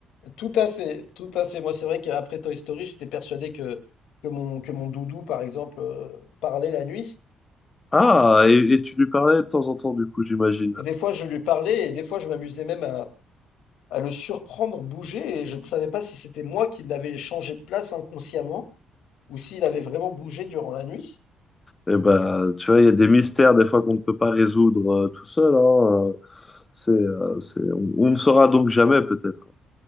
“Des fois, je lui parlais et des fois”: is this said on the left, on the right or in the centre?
Left